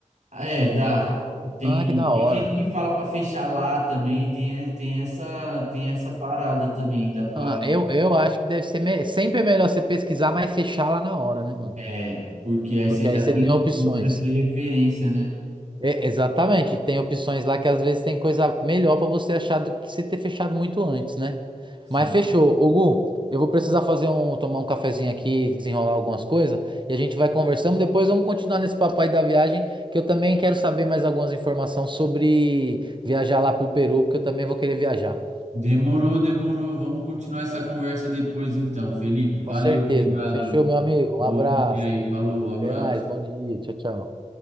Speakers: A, on the right; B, on the right.
A: É, dá. Tem,
B: Ah, que da
A: tem
B: hora.
A: gente que fala pra fechar lá também, tem, tem essa, tem essa parada também, dá pra,
B: Ah, eu, eu acho que deve ser me- sempre é melhor você pesquisar, mas fechar lá na hora, né, mano?
A: é, porque aí
B: Porque
A: você já
B: aí você
A: tem
B: tem opções.
A: um preço de referência, né?
B: É, exatamente, tem opções lá que às vezes tem coisa melhor pra você achar do que você ter fechado muito antes, né?
A: Sim.
B: Mas fechou. Ô, Gu, eu vou precisar fazer um, tomar um cafezinho aqui, desenrolar algumas coisas, e a gente vai conversando. Depois vamos continuar nesse papo aí da viagem, que eu também quero saber mais algumas informações sobre viajar lá pro Peru, porque eu também vou querer viajar.
A: Demorou, demorou. Vamos continuar essa conversa depois, então. Felipe, valeu,
B: Com certeza.
A: obrigado.
B: Fechou, meu amigo.
A: Bom
B: Um abraço.
A: dia aí, falou, abraço.
B: Até mais. Bom dia. Tchau, tchau.